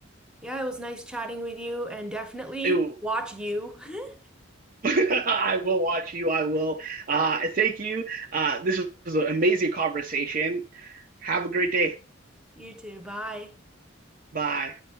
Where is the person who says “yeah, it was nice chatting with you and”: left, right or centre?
Centre